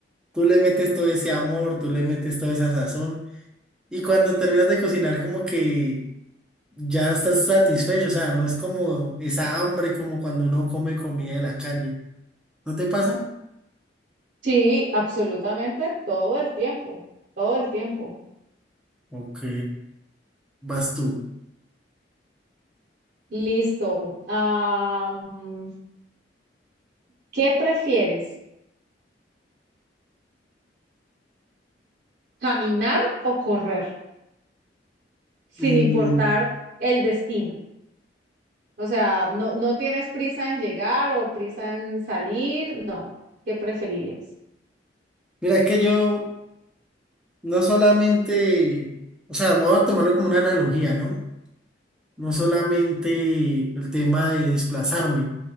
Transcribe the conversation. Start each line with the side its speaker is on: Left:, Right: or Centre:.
Centre: tú le metes todo ese amor, tú le metes toda esa sazón y cuando terminas de cocinar como que ya estás satisfecho? O sea, no es como esa hambre como cuando uno come comida de la calle. ¿No te pasa?
Right: Sí, absolutamente todo el tiempo, todo el tiempo.
Centre: Ok, vas tú.
Right: Listo. Ah, mm, ¿qué prefieres? ¿Caminar o correr? sin
Centre: Mm,
Right: importar el destino. O sea, no, no tienes prisa en llegar o prisa en salir, no. ¿Qué preferirías?
Centre: mira que yo no solamente, o sea, voy a tomarlo como una analogía, ¿no? No solamente el tema de desplazarme,